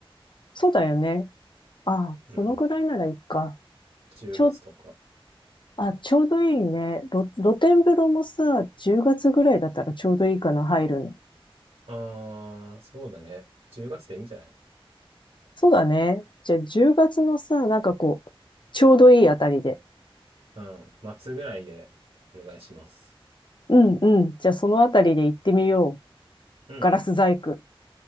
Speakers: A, on the left (about 55°); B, on the right (about 80°).
A: そうだよね。あ、
B: うん。
A: そのぐらいならいいか。
B: 10月とか。
A: ちょ、あ、ちょうどいいね。ろ露天風呂もさ、10月ぐらいだったらちょうどいいかな、入るの。
B: ああ、そうだね。10月でいいんじゃない
A: そうだね。じゃあ10月のさ、なんかこう、ちょうどいいあたりで。
B: うん。末ぐらいでお願いします。
A: うんうん。じゃあそのあたりで行ってみよう。
B: うん。
A: ガラス細工。